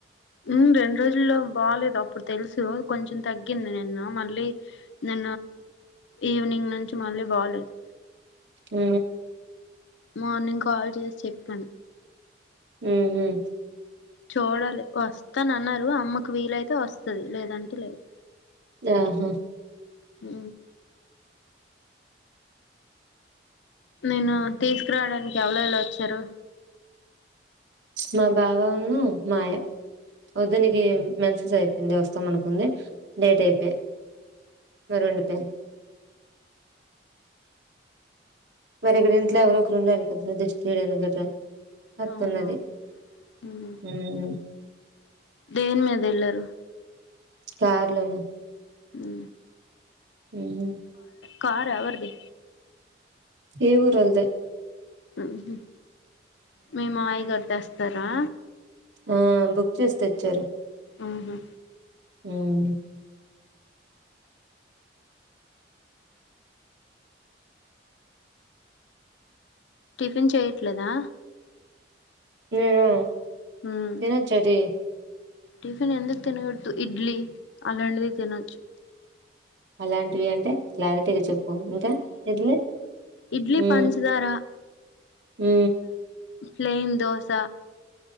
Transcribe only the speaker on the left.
ఉ రెండు రోజుల్లో బాలేదు అప్పుడు తెలుసు కొంచెం తగ్గింది నిన్న మళ్ళీ న ఈవినింగ్ నుంచి మళ్ళీ బాలేదు
మార్నింగ్ కాల్ చేసి చెప్పాను
చూడాలి వస్తాన అన్నారు అమ్మకు వీలైతే వస్తుది లేదంటే లేదు
ఊ నిను తీసుకురావడానికి ఎవలేవలు వచ్చారు
అవునవును మ్మ్
దేని మీద వెళ్లరు
హు
కార్ ఎవరిది
ఉహు మీ మామయ్య గారు తెస్తారా
ఆహా
టిఫిన్ చేయట్లేదా
మ్మ్
టిఫిన్ ఎందుకు తినకూడదు ఇడ్లీ అలాంటివి తినొచ్చు
ఇడ్లీ
పంచదార
ప్లైన్ దోస